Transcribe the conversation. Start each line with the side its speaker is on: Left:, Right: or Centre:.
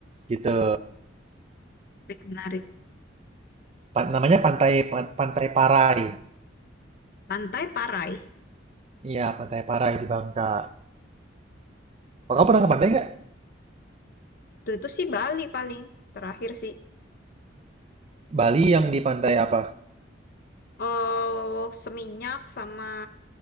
Right: gitu.
Left: menarik, menarik.
Right: Pa- namanya pantai Pantai Parai.
Left: Pantai Parai.
Right: Iya, Pantai Parai di Bangka. Oh, kamu pernah ke pantai nggak?
Left: Itu itu sih Bali paling terakhir sih.
Right: Bali yang di pantai apa?
Left: Oh, Seminyak sama